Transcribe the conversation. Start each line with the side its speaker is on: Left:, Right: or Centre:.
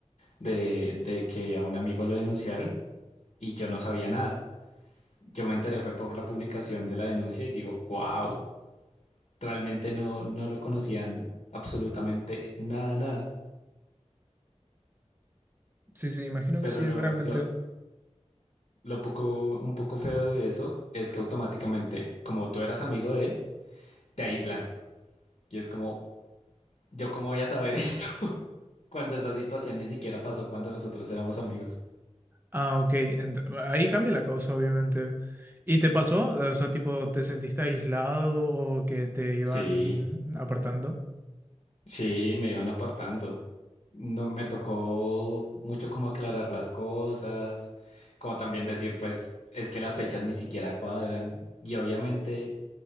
Left: de, de que a un amigo lo denunciaron y yo no sabía nada. Yo me enteré fue por la publicación de la denuncia y digo, wow, realmente no, no lo conocían absolutamente nada, nada.
Right: Sí, sí, imagino
Left: Pero
Right: que sí,
Left: lo,
Right: realmente.
Left: lo, lo poco, un poco feo de eso es que automáticamente, como tú eras amigo de él, te aíslan. Y es como, ¿yo cómo voy a saber esto? <laughs> Cuando esa situación ni siquiera pasó cuando nosotros éramos amigos.
Right: Ah, ok, ent- ahí cambia la cosa, obviamente. ¿Y te pasó? O sea, tipo, ¿te sentiste aislado o que te iban
Left: Sí.
Right: apartando?
Left: Sí, me iban apartando. No me tocó mucho como aclarar las cosas, como también decir, pues, es que las fechas ni siquiera cuadran. Y obviamente